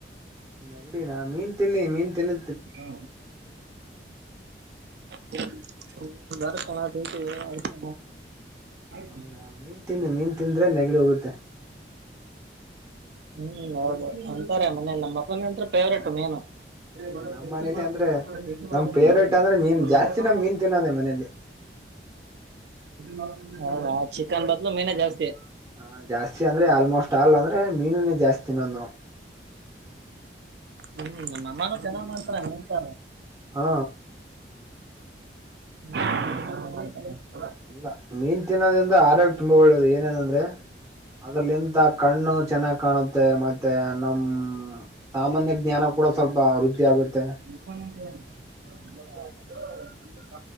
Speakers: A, on the right; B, on the right.
A: ನೆಗಡಿ ನಾ ಮೀನ್ ತಿನ್ನಿ ಮೀನ್ ತಿನ್ನು
B: ಹ್ಮ ಹ್ಮ ಭರತನ ಡ್ಯೂಟಿ ಅದಕ್ಕೆ ಆತ
A: ಹೌದಾ
B: <unintelligible>
A: ಮೀನ್ ತಿನ್ನಿ ಮೀನ್ ತಿಂದ್ರೆ ನೆಗಡಿ ಹೋಗುತ್ತೆ
B: ಹ್ಮ್ ಹೌದು ಅಂತಾರೆ ಮನೆಯಲ್ಲಿ ಎಲ್ಲಾ ನಮ್ಮ ಮಕ್ಕಳ ಅಂತ ಫೇವ್ರೇಟ್ ಮಿನು ಏ ಮಳೆು
A: ನಮ್ಮ್ ಮನೇಲಿ
B: ಮಾಡ
A: ಅಂದ್ರೆ
B: ಮೆ
A: ನಮ್ ಫೇವ್ರೇಟ್ ಅಂದ್ರೆ ಮೀನ್ ಜಾಸ್ತಿ
B: ಪಚ್ಚು
A: ನಾ ಮೀನ್ ತಿನ್ನೋದೆ ಮನೇಲಿ
B: ಬ ಹ ಚಿಕನ್ ಬದಲು ಮೀನ ಜಾಸ್ತಿ
A: ಹ ಜಾಸ್ತಿ ಅಂದ್ರೆ ಆಲ್ಮೋಸ್ಟ್ ಅಲ್ ಅಂದ್ರೆ ಮೀನುನೇ ಜಾಸ್ತಿನೊಂದು
B: ಹ್ಮ್ ನಮ್ಮಾನ ಚೆನ್ನಾಗ್ ಮಾಡ್ತಾರ ಮೇನ್ಂತಾರ
A: ಹಾ
B: ಹ
A: ಇಲ್ಲ ಮೀನ್ ತಿನ್ನೋದ್ರಿಂದ ಆರೋಗ್ಯ ತುಂಬಾ ಒಳ್ಳೇದು ಏನೇನಂದ್ರೆ ಅದ್ರಲ್ಲಿ ಇಂತ ಕಣ್ಣು ಚೆನ್ನಾಗ್ ಕಾಣುತ್ತೆ ಮತ್ತೆ ನಮ್ಮ್ ಸಾಮಾನ್ಯ ಜ್ಞಾನ ಕೂಡ ಸ್ವಲ್ಪ ವೃದ್ಧಿ ಆಗುತ್ತೆ
B: <unintelligible>